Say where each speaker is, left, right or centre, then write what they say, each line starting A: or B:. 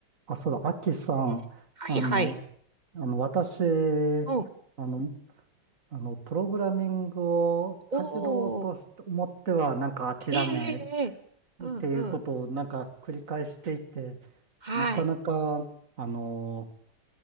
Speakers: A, on the right; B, on the right.
A: あ、そうだ、アキさん、
B: うんはいはい。
A: あの、あの、私、
B: うん。
A: あの、あの、プログラミングをかじろうとして思っては、
B: おお、
A: なんか諦め
B: ええええええうんうん。
A: っていうことをなんか繰り返していて、
B: はい。
A: なかなか、あの、